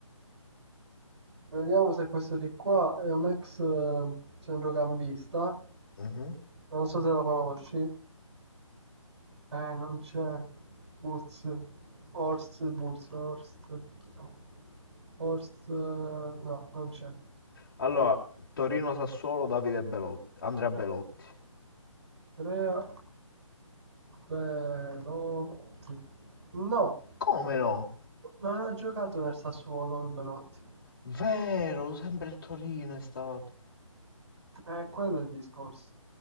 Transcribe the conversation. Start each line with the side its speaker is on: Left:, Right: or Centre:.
Right: Vediamo se questo di qua è un ex eh, centrocampista
Left: Mhm.
Right: Non so se la conosci. Eh, non c'è. Boots. Horst, Boots, Horst. No, Horst, eh, no, non c'è.
Left: Allora, Torino-Sassuolo, Davide Belotti, Andrea Belotti.
Right: Andrea Belotti. No,
Left: Come no?
Right: non ha giocato nel Sassuolo il Belotti.
Left: Vero, sempre il Torino è stato.
Right: Eh, quello è il discorso.